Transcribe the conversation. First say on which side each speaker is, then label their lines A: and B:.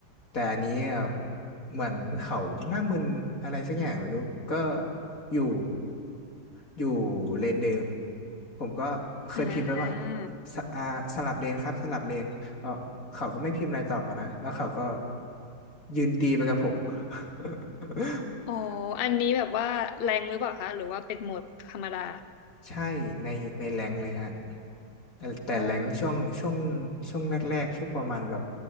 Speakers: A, on the left; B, on the left.
A: แต่อันนี้อ่ะเหมือนเขาหน้ามึนอะไรสักอย่างไม่รู้ก็อยู่อยู่เลนเดิมผมก็เคยพิมพ์ไปว่า
B: อ่า
A: สอ่าสลับเลนครับสลับเลนเออเขาก็ไม่พิมพ์อะไรตอบมานะแล้วเขาก็ยืนตีไปกับผม <laughs>
B: อ๋ออันนี้แบบว่าแรงหรือเปล่าคะหรือว่าเป็นโหมดธรรมดา
A: ใช่ในในแรงค์เลยฮะแต่แต่แรงค์ช่วงช่วง
B: โอ้
A: ช่วงแรกๆช่วงประมาณแบบ